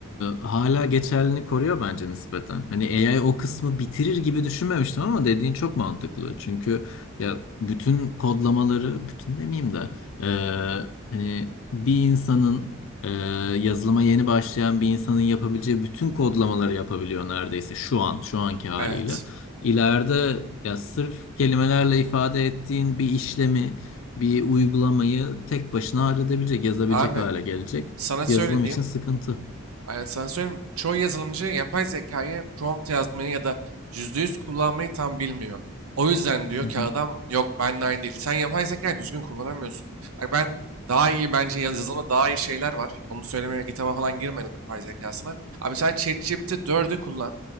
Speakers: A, on the left; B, on the right.
A: e, hala geçerliliğini koruyor bence nispeten. Hani AI o kısmı bitirir gibi düşünmemiştim ama dediğin çok mantıklı. Çünkü ya bütün kodlamaları, bütün demeyeyim de e, hani bir insanın e, yazılıma yeni başlayan bir insanın yapabileceği bütün kodlamaları yapabiliyor neredeyse şu an, şu anki haliyle.
B: Evet.
A: İleride ya sırf kelimelerle ifade ettiğin bir işlemi bir uygulamayı tek başına halledebilecek, yazabilecek
B: Abi
A: hale gelecek.
B: sana söylediğim
A: Yazılım için sıkıntı.
B: Yani sana söyleyeyim, çoğu yazılımcı yapay zekayı prompt yazmayı ya da %100 kullanmayı tam bilmiyor. O yüzden diyor
A: Hı
B: ki
A: hı.
B: adam yok benimle aynı değil. Sen yapay zekayı düzgün kullanamıyorsun. Bak ben daha iyi bence yaz- yazılımda daha iyi şeyler var. Onu söylemeye GitHub'a falan girmedim yapay zekasına. Abi mesela ChatGPT 4'ü kullan